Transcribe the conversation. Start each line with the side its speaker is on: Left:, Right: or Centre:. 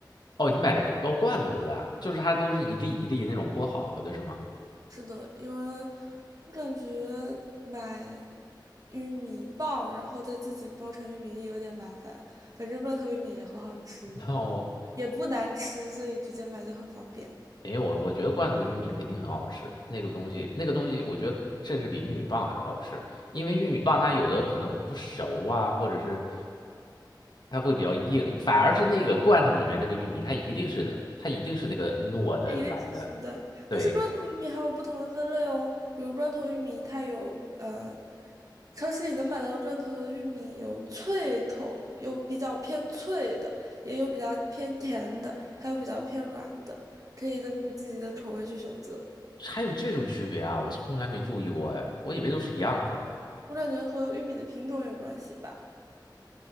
Left: 哦，你买罐哦罐头的啊就是它都是一粒一粒那种剥好了的是吗？
Right: 是的，因为我感觉买玉米棒，然后再自己包成玉米粒有点麻烦。反正罐头玉米也很好吃，
Left: 然后
Right: 也不难吃，所以直接买就很方便。
Left: 没有，我觉得罐头玉米肯定很好吃，那个东西那个东西我觉得甚至比玉米棒还好吃，因为玉米棒它有的可能不熟啊，或者是。它会比较硬，反而是那个罐头里面那个玉米，它一定是的它一定是那个糯的软的，
Right: 它一定是熟的，
Left: 对，
Right: 但是砖头玉米还有不同的分类哦，比如砖头玉米，它有呃，超市里能买到砖罐头玉米有脆口，有比较偏脆的，也有比较偏甜的，还有比较偏软的，可以根据自己的口味去选择。
Left: 还有这种区别啊，我从来没注意过哎，我以为都是一样的，
Right: 我感觉和玉米的品种有关系吧，